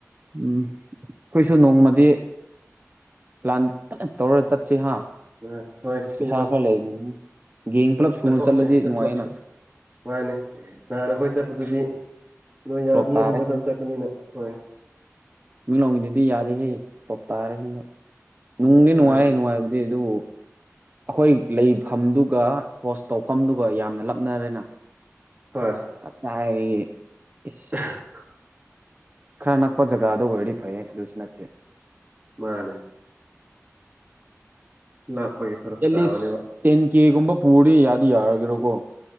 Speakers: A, on the right; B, on the right.
A: ꯎꯝ ꯑꯩꯈꯣꯏꯁꯨ ꯅꯣꯡꯃꯗꯤ ꯄ꯭ꯂꯥꯟ ꯐꯖꯟ ꯇꯧꯔ ꯆꯠꯁꯤ ꯍꯥ
B: ꯑ ꯍꯣꯏ ꯁꯤꯃ
A: ꯄꯩꯁꯥ ꯈꯔ ꯂꯩꯒꯅꯤꯅ ꯒꯦꯡ ꯄꯨꯂꯞ ꯁꯨꯅ
B: ꯆꯠꯊꯣꯛꯁꯦ
A: ꯆꯠꯂꯗꯤ
B: ꯆꯠꯊꯣꯛꯁꯦ
A: ꯅꯨꯡꯉꯥꯏꯌꯦꯅ
B: ꯃꯥꯅꯦ ꯅꯍꯥꯟ ꯑꯩꯈꯣꯏ ꯆꯠꯄꯗꯨꯗꯤ ꯅꯣꯏ
A: ꯐ꯭ꯂꯣꯞ
B: ꯃꯤ
A: ꯇꯥꯔꯦ
B: ꯑꯍꯨꯝ ꯈꯛꯇꯪ
A: ꯑꯁꯦꯡꯕ
B: ꯆꯠꯄꯅꯤꯅ ꯍꯣꯏ
A: ꯃꯤꯠꯂꯣꯡꯒꯤꯗꯨꯗꯤ ꯌꯥꯗꯦꯍꯦ ꯂꯣꯞ ꯇꯥꯔꯦꯁꯤꯡꯕ ꯅꯨꯡꯗꯤ ꯅꯨꯡꯉꯥꯏꯍꯦ
B: ꯃꯥꯅꯦ
A: ꯅꯨꯡꯉꯥꯏꯕꯗꯤ ꯑꯗꯨꯕꯨ ꯑꯩꯈꯣꯏ ꯂꯩꯐꯝꯗꯨꯒ ꯍꯣꯁ ꯇꯧꯐꯝꯗꯨꯒ ꯌꯥꯝꯅ ꯂꯞꯅꯔꯦꯅ
B: ꯍꯣꯏ
A: ꯀꯇꯥꯏꯗꯒꯤ ꯏꯁ
B: ꯑ
A: ꯈꯔ ꯅꯛꯄ ꯖꯒꯥꯗ ꯑꯣꯏꯔꯗꯤ ꯐꯩꯌꯦ ꯑꯗꯨꯁꯨ ꯅꯠꯇꯦ
B: ꯃꯥꯅꯤ ꯂꯥꯞꯄꯒꯤ ꯐꯔꯛ
A: ꯑꯦꯠꯂꯤꯁ
B: ꯇꯥꯕꯅꯦꯕ
A: ꯇꯦꯟ ꯀꯦꯒꯨꯝꯕ ꯄꯨꯔꯗꯤ ꯌꯥꯗꯤ ꯌꯥꯔꯒꯦꯔꯣꯀꯣ